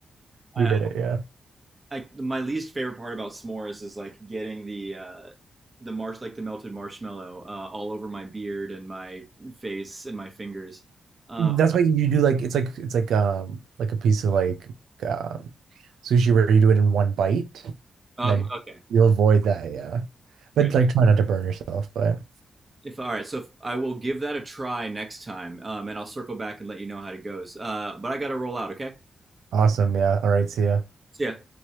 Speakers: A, on the right (about 30°); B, on the right (about 80°).
A: I,
B: We did it, yeah.
A: I my least favorite part about s'mores is like getting the uh, the marsh like the melted marshmallow uh, all over my beard and my face and my fingers. Uh,
B: That's why you do like it's like it's like um like a piece of like um sushi where you do it in one bite and
A: okay,
B: then
A: okay,
B: you avoid that, yeah. But
A: all right.
B: like try not to burn yourself, but
A: If all right, so if, I will give that a try next time, um, and I'll circle back and let you know how it goes. Uh, but I got to roll out. Okay.
B: awesome, yeah. All right, see ya.
A: See ya.